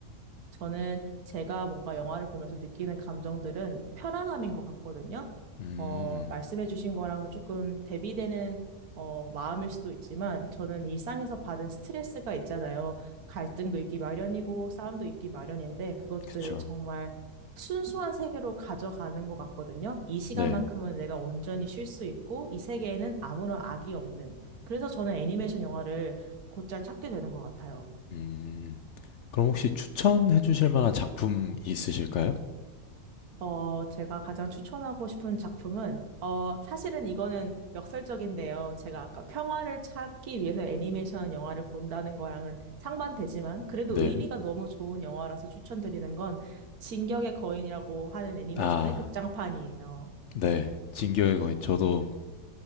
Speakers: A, on the right; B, on the left.
A: 저는 제가 뭔가 영화를 보면서 느끼는 감정들은 편안함인 것 같거든요.
B: 음.
A: 어, 말씀해주신 거랑은 조금 대비되는 어, 마음일 수도 있지만 저는 일상에서 받은 스트레스가 있잖아요. 갈등도 있기 마련이고 싸움도 있기 마련인데 그것들을
B: 그쵸.
A: 정말 순수한 세계로 가져가는 것 같거든요. 이 시간만큼은
B: 네.
A: 내가 온전히 쉴 수 있고 이 세계에는 아무런 악이 없는. 그래서 저는 애니메이션 영화를 곧잘 찾게 되는 것 같아요.
B: 음. 그럼 혹시 추천해 주실 만한 작품이 있으실까요?
A: 어, 제가 가장 추천하고 싶은 작품은, 어, 사실은 이거는 역설적인데요. 제가 아까 평화를 찾기 위해서 애니메이션 영화를 본다는 거랑은 상반되지만, 그래도
B: 네.
A: 의미가 너무 좋은 영화라서 추천드리는 건, 진격의 거인이라고 하는 애니메이션의
B: 아.
A: 극장판이에요.
B: 네. 진격의 거인. 저도